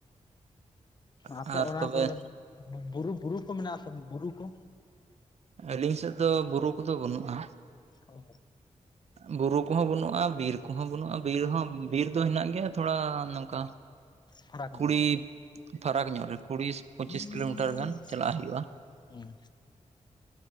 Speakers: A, on the left (about 35°); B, on the right (about 60°).
A: ᱟᱯᱮ
B: ᱟᱨ
A: ᱚᱲᱟᱜ
B: ᱛᱚᱵᱮ
A: ᱫᱚ ᱵᱩᱨᱩ ᱵᱩᱨᱩ ᱠᱚ ᱢᱮᱱᱟᱜ ᱟᱥᱮ ᱵᱩᱨᱩ ᱠᱚ,
B: ᱟᱹᱞᱤᱧ ᱥᱮᱫ ᱫᱚ ᱵᱩᱨᱩ ᱠᱚᱫᱚ ᱵᱟᱹᱱᱩᱜᱼᱟ᱾
A: ᱚᱻ
B: ᱵᱩᱨᱩ ᱠᱚᱦᱚᱸ ᱵᱟᱹᱱᱩᱜᱼᱟ, ᱵᱤᱨ ᱠᱚᱦᱚᱸ ᱵᱟᱹᱱᱩᱜᱼᱟ, ᱵᱤᱨ ᱦᱚᱸ ᱵᱤᱨ ᱫᱚ ᱦᱮᱱᱟᱜ ᱜᱮᱭᱟ ᱛᱷᱚᱲᱟ ᱱᱚᱝᱠᱟ
A: ᱯᱷᱟᱨᱟᱠ ᱧᱚᱜ
B: ᱠᱩᱲᱤ
A: ᱨᱮ,
B: ᱯᱷᱟᱨᱟᱠ ᱧᱚᱜ ᱨᱮ ᱠᱩᱲᱤ ᱯᱚᱸᱪᱤᱥ
A: <inaudible>
B: ᱠᱤᱞᱳᱢᱤᱴᱟᱨ ᱜᱟᱱ ᱪᱟᱞᱟᱜ ᱦᱩᱭᱩᱜᱼᱟ
A: ᱦᱩᱸ᱾